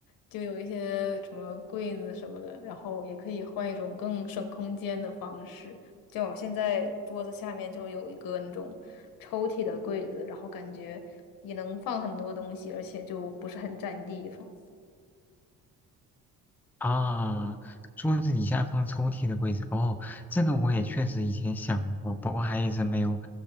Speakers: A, on the left (about 75°); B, in the centre.
A: 就有一些什么柜子什么的，然后也可以换一种更省空间的方式。就我现在桌子下面就有一个那种抽屉的柜子，然后感觉也能放很多东西，而且就不是很占地方。
B: 啊，桌子底下放抽屉的柜子，哦，这个我也确实以前想过，不过还一直没有